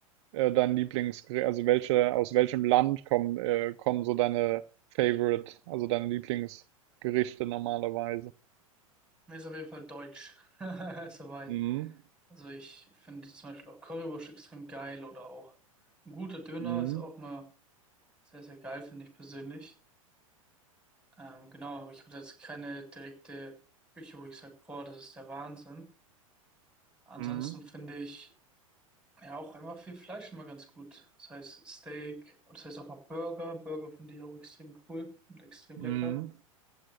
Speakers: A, on the right; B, in the centre.
A: äh, dein Lieblingsgericht, also welche, aus welchem Land kommen, äh, kommen so deine Favorite, also deine Lieblingsgerichte normalerweise?
B: Mir ist auf jeden Fall deutsch. <laughs> Soweit.
A: Mhm.
B: Also ich finde zum Beispiel auch Currywurst extrem geil oder auch ein guter Döner
A: Mhm.
B: ist auch mal Sehr, sehr geil, finde ich persönlich. Ähm, genau, aber ich habe jetzt keine direkte Küche, wo ich sage, boah, das ist der Wahnsinn. Ansonsten
A: Mhm.
B: finde ich ja auch einfach viel Fleisch immer ganz gut. Das heißt Steak und das heißt auch mal Burger. Burger finde ich auch extrem cool und extrem
A: Mhm.
B: lecker.